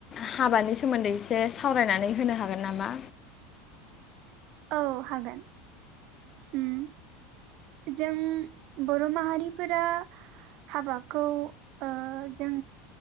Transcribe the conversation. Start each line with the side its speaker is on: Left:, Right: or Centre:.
Left: हाबानि सोमोनदै एसे सावरायनानै होनो हागोन नामा
Right: औ हागोन उम जों बर' माहारिफोरा हाबाखौ ओ जों